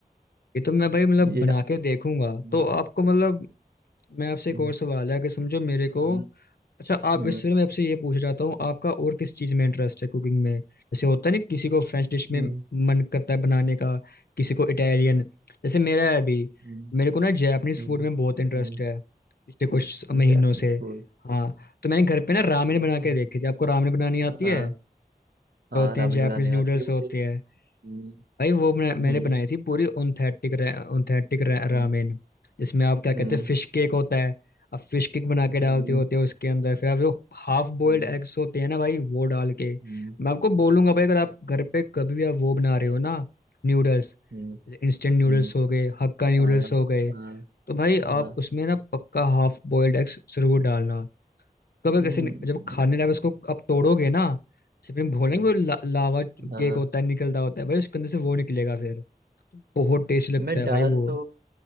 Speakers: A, on the left (about 75°); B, on the right (about 80°).
A: ये तो मैं भाई मतलब
B: ये
A: बना के देखूंगा
B: हम्म,
A: तो आपको मतलब मैं आपसे एक
B: हम्म,
A: और सवाल है कि समझो मेरे को
B: हम्म,
A: अच्छा आप
B: हम्म
A: इससे मैं आपसे ये पूछ चाहता हूँ आपका और किस चीज़ में इंटरेस्ट है कुकिंग में जैसे होता है ना किसी को फ्रेंच
B: हम्म
A: डिश में मन करता है बनाने का किसी को इटालियन जैसे मेरा है अभी
B: हम्म,
A: मेरे को ना जापानीज
B: हम्म,
A: फूड में बहुत इंटरेस्ट
B: हम्म,
A: है पिछले कुछ महीनों
B: Japanese
A: से
B: food
A: हाँ तो मैंने घर पे ना रामेन बना
B: हम्म,
A: के देखे जब आपको रामेन बनानी आती
B: हाँ
A: है
B: हाँ
A: तो होते
B: रामेन
A: हैं जापानीज
B: बनाने
A: नूडल्स
B: आती है मुझे
A: होते हैं
B: हम्म,
A: भाई वो मैं, मैंने
B: हम्म
A: बनाई थी पूरी ऑथेंटिक ऑथेंटिक
B: हम्म,
A: रामेन जिसमें आप क्या कहते
B: हम्म
A: हैं फिश केक होता है आप फिश केक बना के डालते
B: हम्म
A: होते हो उसके अंदर फिर आप जो हाफ बॉइल्ड
B: हम्म,
A: एग्स होते हैं ना भाई वो डाल के
B: हम्म,
A: मैं आपको बोलूंगा भाई अगर आप घर पे कभी भी आप वो बना रहे हो ना नूडल्स
B: हम्म,
A: इंस्टेंट नूडल्स
B: हम्म
A: हो गए हक्का नूडल्स
B: हाँ
A: हो गए
B: हाँ
A: तो भाई
B: हाँ
A: आप उसमें ना पक्का हाफ बॉइल्ड एग्स जरूर डालना कब
B: हम्म,
A: कैसे जब खाने
B: मैं
A: डाले उसको आप तोड़ोगे ना उसमें भोलेंगे
B: हम्म,
A: वो ला, लावा केक
B: हाँ
A: होता है निकलता होता है भाई उसके अंदर से वो
B: हम्म,
A: निकलेगा
B: हम्म,
A: फिर बहुत टेस्टी लगता
B: मैं
A: है
B: दाल
A: भाई वो
B: तो